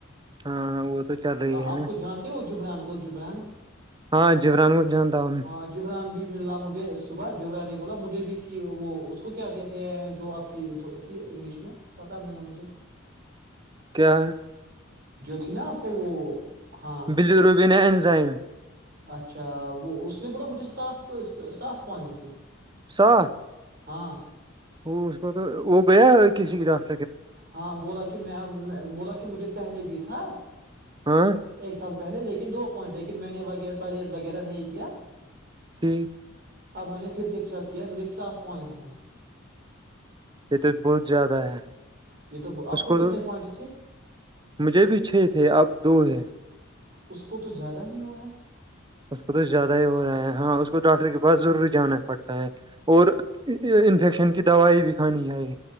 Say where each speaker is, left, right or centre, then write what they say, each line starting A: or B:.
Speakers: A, on the right (about 20°); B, on the right (about 50°).
A: ہاں ہاں وہ تو چل رہی ہے
B: آپ
A: نا
B: کو جانتے ہو جبران کو جبران
A: ہاں جبران کو جانتا ہوں
B: ہ جبران بھی مل رہ مجھے صبح جبرانی بولا مجھے بھی تھی وہ اس کو کیا کہتے ہیں جو آپ کیھی انگلش میں پت پتا نہیں ہیں مجھے
A: کیا ہیں
B: جو تھی نا آپ کو وہ ہاں
A: بلیروبین انزائم
B: اچھا وہ اس نے بولا مجھے سات سات پوائنٹ تھی
A: ساتھ
B: ہاں
A: وہ اس کو تو وہ گیا کسی کی ڈاک
B: ہاں بولا کہ میں بولا کہ مجھے پہلے بھی تھا
A: ہاں
B: ایک سال پہلے لیکن دو پوائنٹ لیکن میں نے وہ پرہیز وغیرہ نہیں کیا
A: کٹھ
B: اب میں نے پھر سے چ کیا میرے ساتھ پوائنٹ ہیں
A: یہ تو بہت زیادہ ہے
B: یہ تو آپ
A: اس کو
B: کتنے
A: تو
B: پوائنٹس تھے
A: مجھے بھی چھ تھے اب دو ہے
B: اس کو تو زیادہ ہی ہوا ہیں
A: اس کو تو زیادہ ہی ہو رہا ہے ہاں اس کو ڈاکٹر کے پاس ضرور جانا پڑتا ہیں اور انفیکشن کی دوائی بھی کھانی چاہیے